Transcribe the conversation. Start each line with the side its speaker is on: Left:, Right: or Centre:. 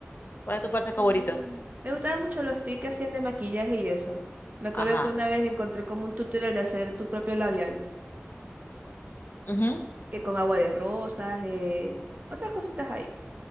Left: ¿Cuál es tu parte favorita?
Right: Em, me gustaban mucho los tips que hacían de maquillaje y eso. Me acuerdo
Left: Ajá.
Right: que una vez encontré como un tutorial de hacer tu propio labial,
Left: Ujú.
Right: que con agua de rosas, eh, otras cositas ahí.